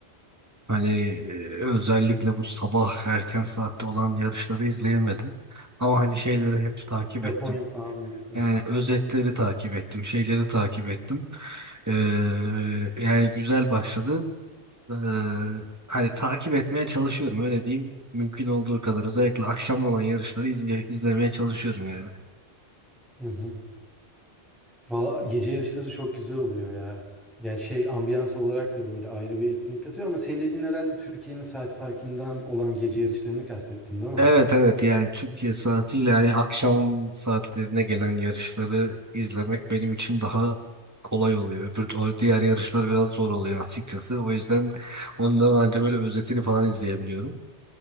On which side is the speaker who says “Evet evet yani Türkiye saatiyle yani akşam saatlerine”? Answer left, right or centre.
Right